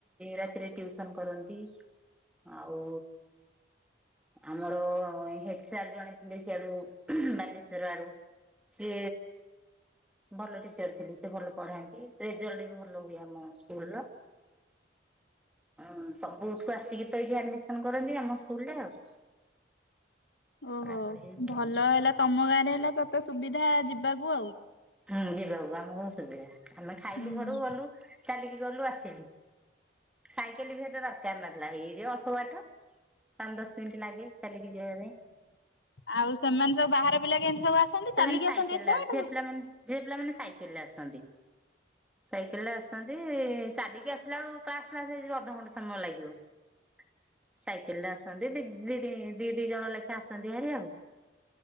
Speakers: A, in the centre; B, on the left.
A: ରାତି ରେ ଟିୟୁସନ କରନ୍ତି। ଆଉ ଆମର ହେଡ ସାର୍ ଜଣେ ଥିଲେ ସିଆଡୁ ବାଲେଶ୍ଵର ଆଡୁ ସେ ଭଲ ଟିଚର ଥିଲି। ସେ ଭଲ ପଢାନ୍ତି। ରେଜଲଟ ବି ଭଲ ହୁଏ ଆମ ସ୍କୁଲର। ହଁ ସବୁଠୁ ଆସିକି ତ ଏଠି ଆଡମିସନ କର ରନ୍ତି ଆମ ସ୍କୁଲ ରେ ଆଉ।
B: ଓହୋ।
A: ପଢାପଢି ଆଉ।
B: ଭଲ ହେଲା ତମ ଗାଁରେ ହେଲା ତତେ ସୁବିଧା ଯିବାକୁ ଆଉ।
A: ହୁଁ ଯିବାକୁ ଆମେ କଣ ସୁୁବିଧା ଆମେ ଖାଇଲୁ
B: ହୁଁ।
A: ଘରକୁ ଗଲୁ। ଚାଲିକି ଗଲୁ, ଆସିଲୁ। ସାଇକେଲ ବି ଏତେ ଦରକାର ନଥିଲା ଏଇଯେ ଅଳ୍ପ ବାଟ। ପାଞ୍ଚ ଦଶ ମିନିଟ ଲାଗେ ଚାଲିକି ଯିବା ପାଇଁ।
B: ଆଉ ସେମାନେ ସବୁ ବାହାର ପିଲା କେମିତି ସବୁ ଆସନ୍ତି
A: ସେମାନେ
B: ଚାଲିକି
A: ସାଇକେଲରେ
B: ଆସନ୍ତି ଏତେ ବାଟରୁ?
A: ଝିଅ ପିଲାମାନେ ଝିଅ ପିଲାମାନେ ସାଇକେଲରେ ଆସନ୍ତି। ସାଇକେଲରେ ଆସନ୍ତି। ଚାଲିକି ଆସିଲା ବେଳୁ କ୍ଲାସ ଫ୍ଲାସ ହେଇଯିବ ଅଧଘନ୍ଟେ ସମୟ ଲାଗିବ। <inaudible> ସାଇକେଲରେ ଆସନ୍ତି। ଦି ଦି ଦି ଦି ଜଣ ଲେଖା ଆସନ୍ତି ହରିଆଉ।